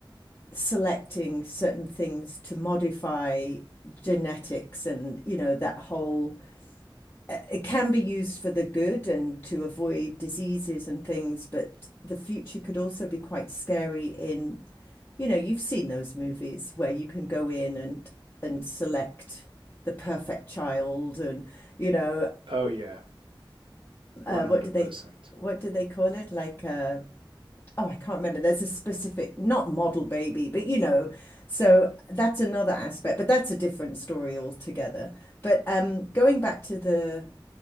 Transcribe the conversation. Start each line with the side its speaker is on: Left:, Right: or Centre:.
Left: selecting certain things to modify genetics and, you know, that whole it can be used for the good and to avoid diseases and things, but the future could also be quite scary in, you know, you've seen those movies where you can go in and and select the perfect child and, you know,
Right: Oh, yeah, 100%.
Left: uh, what do they what do they call it? Like uh Oh, I can't remember. There's a specific, not model baby, but you know, so that's another aspect, but that's a different story altogether. But um, going back to the